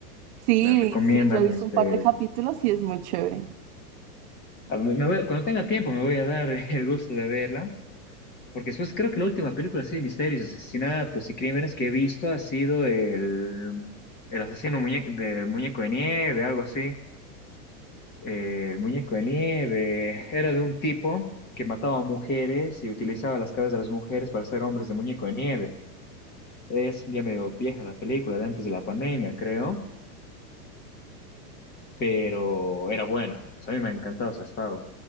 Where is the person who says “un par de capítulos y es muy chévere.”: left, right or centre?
Right